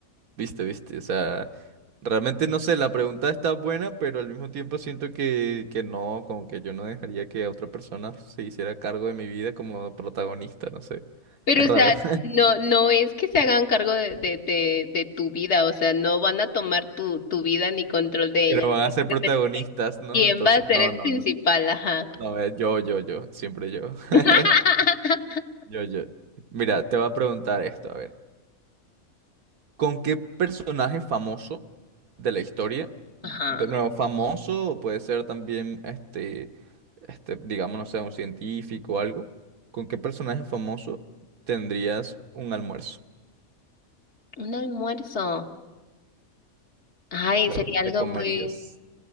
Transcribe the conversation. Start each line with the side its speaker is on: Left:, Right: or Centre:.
Right: Viste, viste. O sea, realmente no sé, la pregunta está buena, pero al mismo tiempo siento que, que no, como que yo no dejaría que otra persona se hiciera cargo de mi vida como protagonista, no sé.
Left: Pero,
Right: Es raro.
Left: o sea,
Right: <laughs>
Left: no, no es que se hagan cargo de, de, de, de tu vida, o sea, no van a tomar tu, tu vida ni control de
Right: Pero
Left: ella.
Right: van a
Left: Simplemente,
Right: ser protagonistas, ¿no?
Left: ¿quién
Right: Entonces,
Left: va a ser
Right: no,
Left: el
Right: no,
Left: principal?
Right: no.
Left: Ajá.
Right: No, eh, yo, yo, yo, siempre yo.
Left: <laughs>
Right: <laughs> Yo, yo. Mira, te voy a preguntar esto, a ver. ¿Con qué personaje famoso de la historia?
Left: Ajá.
Right: De nuevo, famoso, o puede ser también este, este, digamos, no sé, un científico o algo. ¿Con qué personaje famoso tendrías un almuerzo?
Left: Un almuerzo. Ay,
Right: Claro,
Left: sería algo
Right: te comerías.
Left: muy...